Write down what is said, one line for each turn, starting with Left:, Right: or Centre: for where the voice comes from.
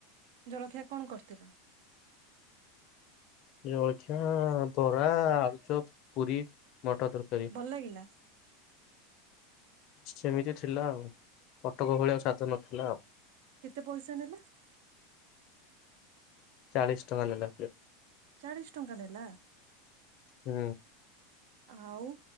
Right: ଜଳଖିଆ କଣ କରିଥିଲା
Left: ଜଳଖିଆ ବରା ଆଳୁଚପ ପୁରୀ ମଟର ତରକାର
Right: ଭଲ ଲାଗିଲା
Left: ସେମିତି ଥିଲା ଆଉ କଟକ ଭଳିଆ ସାଧ ନଥିଲା ଆଉ
Right: କେତେ ପଇସା ନେଲା
Left: ଚାଳ ଷ୍ଟ ନାନଲା
Right: ଚାଳିଶ ଟଙ୍କା ନେଲା
Left: ହୁଁ
Right: ଆଉ